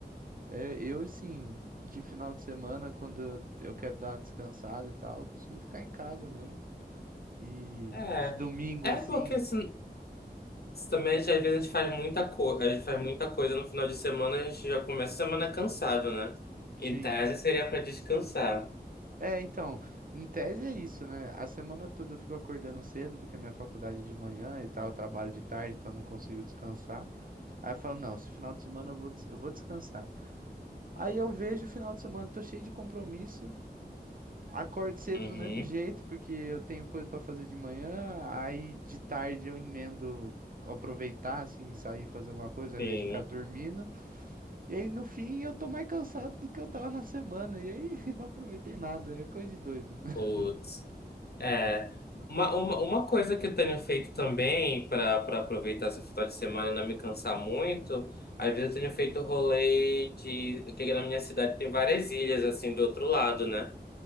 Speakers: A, on the right; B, on the left.
A: É, eu, assim, de final de semana, quando eu eu quero dar uma descansada e tal, eu costumo ficar em casa mesmo. E
B: É.
A: de domingo,
B: É
A: assim,
B: porque assim, também às vezes a gente faz muita coisa, a gente faz muita coisa no final de semana, a gente já começa a semana cansado, né? Em
A: sim.
B: tese seria pra descansar.
A: É, então, em tese é isso, né? A semana toda eu fico acordando cedo, porque a minha faculdade é de manhã e tal, eu trabalho de tarde, então eu não consigo descansar. Aí eu falo, não, esse final de semana eu vou, des- eu vou descansar. Aí eu vejo o final de semana, tô cheio de compromisso, acordo cedo
B: Uhum.
A: do mesmo jeito, porque eu tenho coisa pra fazer de manhã, aí de tarde eu emendo aproveitar, assim, sair e fazer alguma coisa, ao
B: Sim.
A: invés de ficar dormindo. E aí no fim eu tô mais cansado do que eu tava na semana, e aí <laughs> não aproveitei nada, é coisa de doido.
B: Putz.
A: <laughs>
B: É, uma, uma, uma coisa que eu tenho feito também para para aproveitar esse final de semana e não me cansar muito, às vezes eu tenho feito rolê de. Porque na minha cidade tem várias ilhas, assim, do outro lado, né?